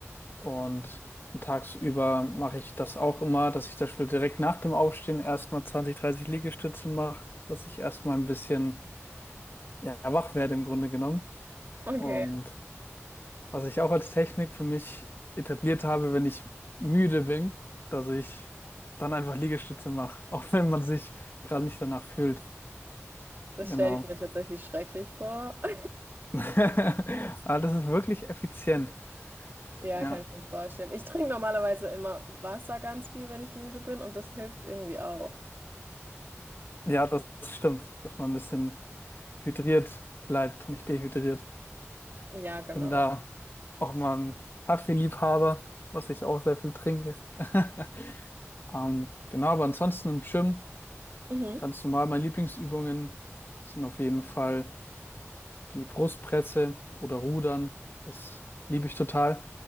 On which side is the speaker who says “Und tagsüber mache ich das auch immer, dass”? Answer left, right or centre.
Left